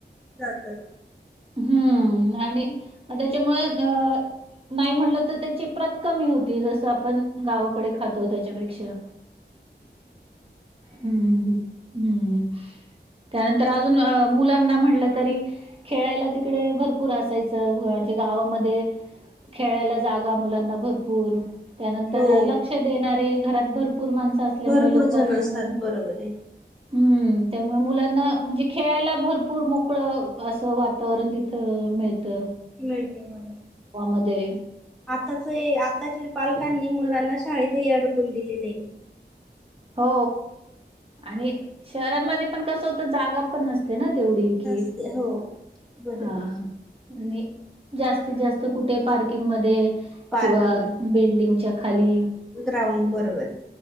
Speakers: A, in the centre; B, on the right.
A: जातात.
B: हम्म आणि त्याच्यामुळे अ नाही म्हटलं तर त्याची प्रत कमी होती जसं आपण गावाकडे खातो त्याच्यापेक्षा. हम्म. हम् त्यानंतर अजून मुलांना म्हणलं तरी खेळायला ती कडे भरपूर असायचं म्हणजे गावामध्ये खेळायला जागा मुलांना भरपूर त्यानंतर
A: हो
B: लक्ष देणारे घरात भरपूर माण असल्यामुळे
A: भरपूर
B: लोक
A: जण
B: असल्यामुळे.
A: असतात बरोबर आहे
B: हम्म त्यामुळे मुलांना म्हणजे खेळायला भरपूर मोकळं असं वा तावरण तिथं मिळत.
A: नाही ते मला.
B: मध्ये
A: आताचे आताच्या पालकांनी मुलांना शाळेतही अडकून दिलेले आहे.
B: हो आणि शहरांमध्ये पण कसं होतं जागा पण नस ते ना तेवढी कि
A: नसते हो बरोबर
B: हा आणि जास्तीत जास्त कुठे पार्किंग मध्ये
A: पार्किंग
B: किंवा बिल्डिंगच्या खाली
A: ग्राउंड बरोबर